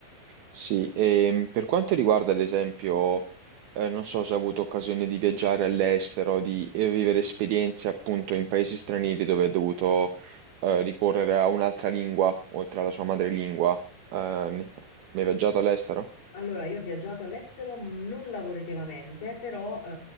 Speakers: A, on the right; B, on the left.
A: Sì, e per quanto riguarda ad esempio, eh, non so se ha avuto occasione di viaggiare all'estero, di eh, vivere esperienze appunto in paesi stranieri dove ha dovuto eh, ricorrere a un'altra lingua, oltre alla sua madrelingua. Eh, ne- ne hai viaggiato all'estero?
B: Allora, io ho viaggiato all'estero mh, non lavorativamente, però eh,